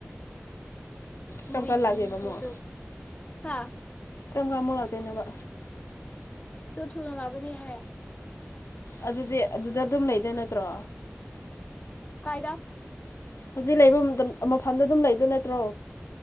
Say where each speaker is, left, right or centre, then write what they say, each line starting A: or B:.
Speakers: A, on the left; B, on the left.
A: ꯀꯔꯝ
B: ꯃꯣꯏꯒꯤ
A: ꯀꯥꯟ ꯂꯥꯛꯇꯣꯏꯕ
B: ꯃꯁꯗꯨ
A: ꯑꯃꯨꯛ
B: ꯍꯥ
A: ꯀꯔꯝ ꯀꯃꯣ ꯂꯥꯛꯇꯣꯏꯩꯅꯅꯕ
B: ꯑꯗꯨ ꯊꯅ ꯂꯒꯅꯤ ꯍꯥꯏ
A: ꯑꯗꯨꯗꯤ ꯑꯗꯨꯗ ꯑꯗꯨꯝ ꯂꯩ ꯗ ꯅꯠꯇ꯭ꯔꯥ
B: ꯀꯥꯏꯗ
A: ꯍꯧꯖꯤꯛ ꯂꯩꯕ ꯃꯇꯝ ꯃꯐꯝꯗ ꯑꯗꯨꯝ ꯂꯩꯗꯣꯏ ꯅꯠꯇ꯭ꯔꯣ